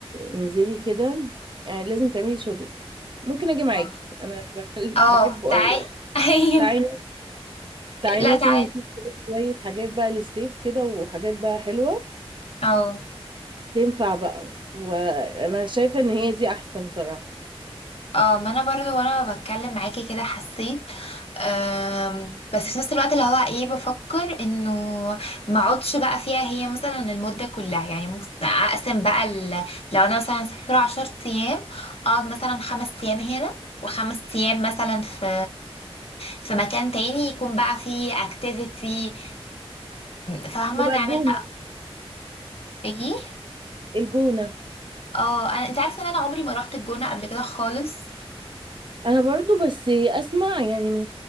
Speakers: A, on the right (about 50°); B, on the left (about 75°).
A: انزلي كده يعني لازم تعملي شوبينج ممكن اجي معاكي
B: آه.
A: انا <laughs>
B: اه
A: بحبه
B: تعالي
A: قوي يعني
B: <laughs> ايوه
A: تعالي تعالي
B: لا
A: ننزل
B: تعالي
A: نشوف كده شويه حاجات بقى للصيف كده وحاجات بقى حلوه
B: اه
A: تنفع بقى وانا شايفه ان هي دي احسن صراحه
B: اه ما انا برضو وانا بتكلم معاكي كده حسيت أم بس في نفس الوقت اللي هو ايه بفكر انه ما اقعدش بقى فيها هي مثلا المدة كلها يعني ممكن اقسم بقى ال... لو انا مثلا مسافرة عشر ايام اقعد مثلا خمس ايام هنا وخمس ايام مثلا في في مكان تاني يكون بقى فيه اكتيفيتي فاهمة
A: يبقى
B: نعمل
A: الجونه
B: بقى ايه
A: الجونة
B: اه انا انت عارفه ان انا عمري ما روحت الجونه قبل كده خالص بس
A: انا برضو بس اسمع يعني من